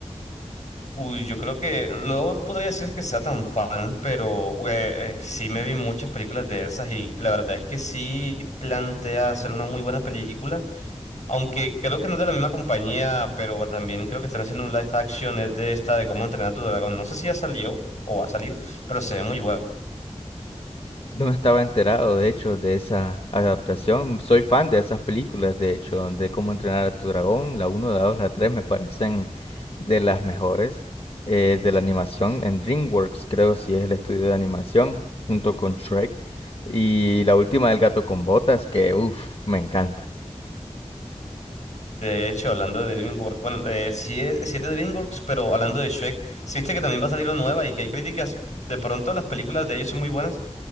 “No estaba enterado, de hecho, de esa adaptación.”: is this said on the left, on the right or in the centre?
Left